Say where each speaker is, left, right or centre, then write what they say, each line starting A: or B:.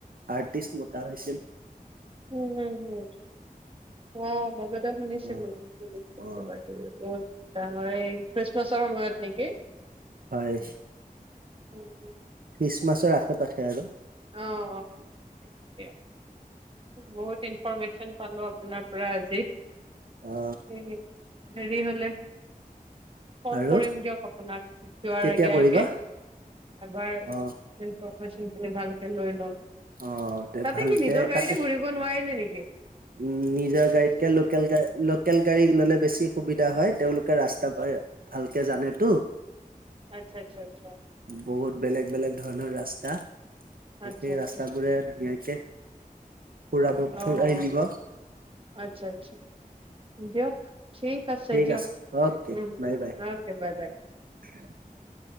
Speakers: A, on the right (about 75°); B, on the right (about 35°).
A: আৰ্টিষ্ট মতা হৈছিল।
B: উম- উম হম', অ', ম অ', শুনিচিলোঁ
A: অ অ
B: কিবা কিবি বহুত। জানুৱাৰী খ্ৰিমাছ চয়ত নেকি
A: হয়
B: উম- উম
A: খ্ৰীষ্টমাছৰ আশে পাশে আৰু।
B: অঁ অঁ তাকে বহুত ইনফৰমেশ্যন পালো আপোনাৰ পৰা আজি
A: অ
B: উম উম হেৰি হলে ফোন
A: আৰু
B: কৰিম দিয়ক আপোনাক যোৱাৰ
A: কেতিয়া
B: আগে
A: কৰিবা
B: আগে এবাৰ
A: অ
B: ইনফৰমেশ্যনটো নে ভালকে লৈ
A: অ তে
B: তাতে
A: ভালকে
B: কি নিজৰ গাড়ীতে
A: তাতে
B: ঘূৰিব নোৱাৰিলে নেকি?
A: উ নিজৰ গাড়ীতকে লোকেল গা লোকেল গাড়ী ললে বেছি সুবিধা হয় তেওঁলোক তয় ৰাস্তা পাই ভালকে জানেত
B: আচ্ছা আচ্ছা আচ্ছা।
A: বহুত বেলেগ বেলেগ ধৰণৰ ৰাস্তা।
B: আচ্ছা
A: একেই
B: আচ্ছা
A: ৰাস্তা
B: আচ্ছা
A: বোৰে ধুনীয়াকে ফুৰাব ফুৰাই
B: অ অ
A: দিব
B: আচ্ছা আচ্ছা দিয়ক ঠিক আছে
A: ঠিক
B: দিয়ক
A: অকে
B: উম
A: বাই
B: উম
A: বাই
B: ওকে বাই বাই
A: <inaudible>